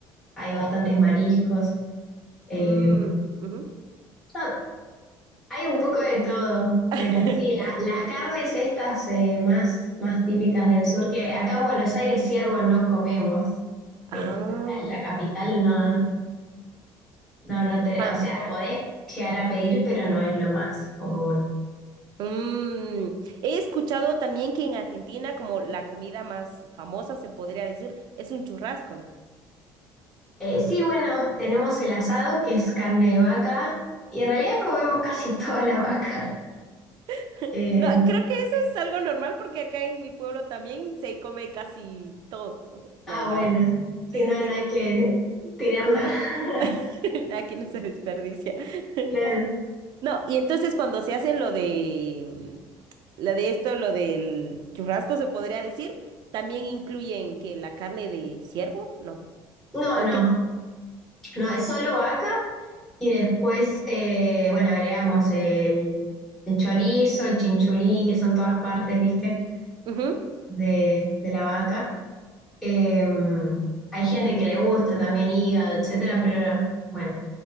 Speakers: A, in the centre; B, on the right (about 60°).
A: hay bastantes mariscos. eh,
B: Mm, ujú.
A: no, hay un poco de todo,
B: <laughs>
A: pero sí, la- las carnes estas eh, más, más típicas del sur, que acá en Buenos Aires ciervo no comemos,
B: Ah,
A: eh, la capital no, no, no te-
B: ah,
A: o sea, podés llegar a pedir, pero no es lo más común.
B: mm. He escuchado también que en Argentina como la comida más famosa se podría decir es un churrasco, ¿no?
A: Eh, sí, bueno, tenemos el asado, que es carne de vaca, y en realidad comemos casi <laughs> toda la vaca.
B: <laughs>
A: Eh,
B: No, creo que eso es algo normal porque acá en mi pueblo también se come casi todo <laughs> lo
A: Ah,
B: de
A: bueno.
B: la vaca.
A: Si
B: Sí,
A: no,
B: sí,
A: no hay
B: sí.
A: que tirar
B: Ujú.
A: nada. <laughs>
B: <laughs> Aquí no se desperdicia. <laughs>
A: Claro.
B: No, y entonces cuando se hace lo de mm, lo de esto, lo del churrasco, se podría decir, también incluyen que la carne de ciervo, no.
A: No,
B: ¿O
A: no,
B: qué?
A: no, es solo vaca y después, eh, bueno, agregamos el, el chorizo, el chinchulín, que son todas partes, ¿viste?
B: Ujú.
A: De, de la vaca. Eh, hay gente que le gusta también hígado, etcétera, pero bueno,